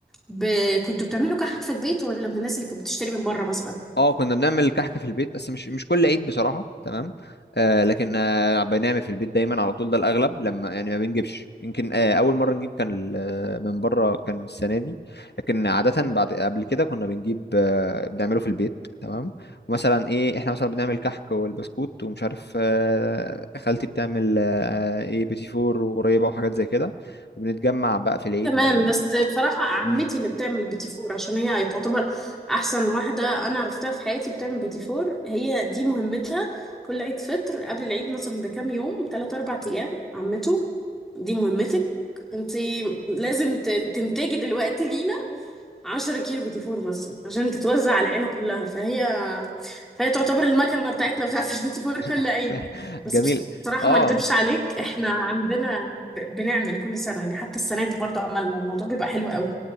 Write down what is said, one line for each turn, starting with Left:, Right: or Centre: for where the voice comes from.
Centre: ب... كنتوا بتعملوا كحك في البيت ولا من الناس اللي كانت بتشتري من بره مثلا
Left: اه كنا بنعمل كحك في البيت بس مش مش كل عيد بصراحة تمام آه لكن آه بنعمل في البيت دايما على طول ده الأغلب لما يعني ما بنجيبش يمكن آه أول مرة نجيب كان ال- آه، من بره كان السنة دي لكن عادة بعد قبل كده كنا بنجيب آه بنعمله في البيت تمام ومثلا إيه إحنا مثلا بنعمل كحك والبسكوت ومش عارف آه خالتي بتعمل آه إيه بيتي فور وقريبة وحاجات زي كده وبنتجمع بقى في العيد
Centre: كمان
Left: و...
Centre: بس بصراحه عمتي
Left: مم.
Centre: اللي بتعمل بيتي فور عشان هي تعتبر احسن واحده انا عرفتها في حياتي بتعمل بيتي فور هي دي مهمتها كل عيد فطر قبل العيد مثلا بكام يوم 3 4 ايام عمته دي مهمتك انت لازم ت- تنتجي دلوقتي لينا 10 كيلو بوتي فور مثلا عشان تتوزع على العيلة كلها فهي فهي تعتبر المكنة بتاعتنا بتاعت البوتي فور كل
Left: <laughs>
Centre: عيد بس
Left: جميل
Centre: بصراحة
Left: اه
Centre: ما اكدبش عليك احنا عندنا ب... بنعمل كل سنة يعني حتى السنة دي برضو عملنا الموضوع بيبقى حلو قوي